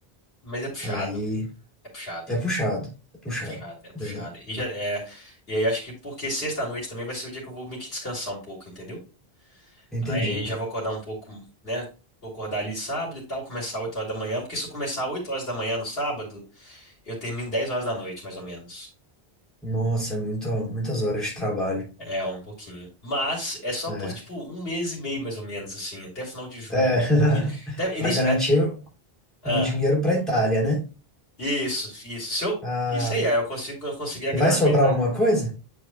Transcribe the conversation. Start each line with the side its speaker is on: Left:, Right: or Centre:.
Left: mas é puxado,
Centre: Aí
Left: é puxado,
Centre: é puxado, é puxado,
Left: é puxado, é puxado.
Centre: é verdade.
Left: E, já, é, e aí acho que porque sexta-noite também vai ser o dia que eu vou meio que descansar um pouco, entendeu?
Centre: Entendi.
Left: Aí já vou acordar um pouco, né? Vou acordar ali sábado e tal, começar oito horas da manhã, porque se eu começar oito horas da manhã no sábado, eu termino dez horas da noite, mais ou menos.
Centre: Nossa, é muito, muitas horas de trabalho.
Left: É, um pouquinho. Mas é só
Centre: É.
Left: por, tipo, um mês e meio, mais ou menos, assim, até final de junho.
Centre: É. <laughs>
Left: Ni- Até, início,
Centre: Para garantir
Left: ah, ah,
Centre: o dinheiro para Itália, né?
Left: isso, isso. Se eu,
Centre: Ah,
Left: isso aí, ah, eu consigo, eu consegui a
Centre: e
Left: grana
Centre: vai sobrar
Left: pra Itália.
Centre: alguma coisa?